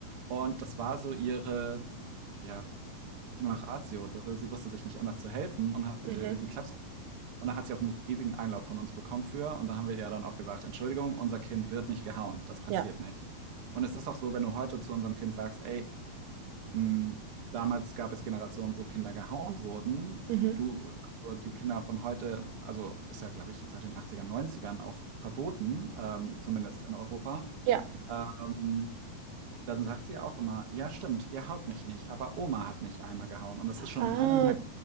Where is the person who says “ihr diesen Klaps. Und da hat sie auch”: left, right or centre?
Right